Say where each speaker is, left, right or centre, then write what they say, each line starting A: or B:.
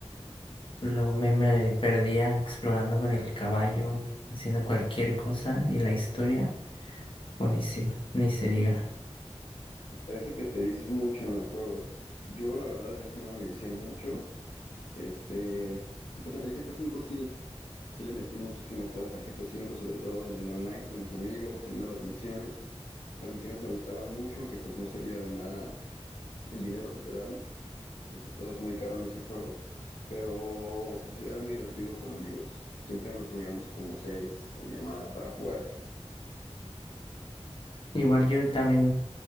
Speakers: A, on the left; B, on the left.
A: Luego me, me perdía explorando con el caballo, haciendo cualquier cosa y la historia, buenísima, ni se diga.
B: Parece que te vicias mucho en los juegos. Yo la verdad en ese no me vicié mucho. Este, y pues en el GTA cinco sí, sí le metí muchísimas horas al GTA cinco sobre todo en el online con mis amigos, haciendo las misiones. Las misiones me gustaban mucho, aunque pues no servía de nada el dinero que te daban. porque pues todo es muy caro en ese juego, pero pues era muy divertido con amigos. Siempre nos reuníamos como seis en llamada para jugar.
A: Igual yo también,